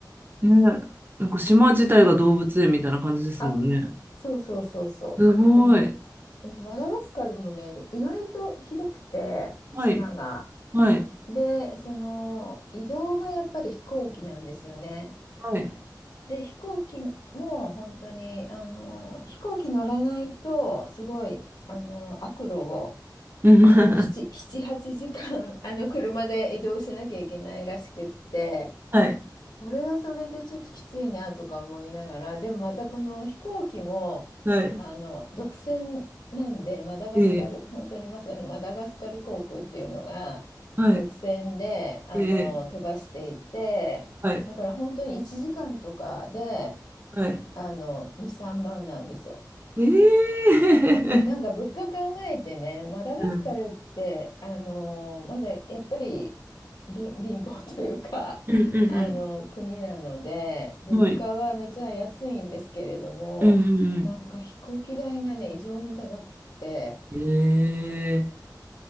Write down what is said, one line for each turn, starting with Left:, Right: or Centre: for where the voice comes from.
Right: ね、なんか島自体が動物園みたいな感じですもんね。
Left: あ、そうそうそうそう。
Right: すごい。
Left: で、ま、マダガスカルもね、意外と広くて、
Right: はい。
Left: 島が。
Right: はい。
Left: で、その移動がやっぱり飛行機なんですよね。
Right: はい。
Left: で、飛行機も本当に、あの、飛行機乗らないと、すごい、あの、悪路を
Right: うん
Left: あの、7、7、
Right: <laughs>
Left: 8時間、<laughs> あの、車で移動しなきゃいけないらしくって、
Right: はい。
Left: それはそれでちょっときついなとか思いながら、でもまたこの飛行機も、
Right: はい。
Left: あの、独占なんで、マダガスカル、
Right: ええ
Left: 本当にまさにマダガスカル航空っていうのが、
Right: はい。
Left: 独占で、あの、
Right: ええ
Left: 飛ばしていて、
Right: はい。
Left: だから本当に1時間とかで、
Right: はい。
Left: あの、2、3万なんですよ。
Right: ええ
Left: なんか物価考えてね、マダガスカルって、
Right: <laughs> うん、
Left: あのーまだやっぱり貧、<laughs> 貧乏というか、
Right: うんう
Left: あの国なので、
Right: ん
Left: 物価はめちゃ安いんですけれども、
Right: うんはい。うんうん
Left: なんか飛行機代がね、異常に高くって、
Right: うんえ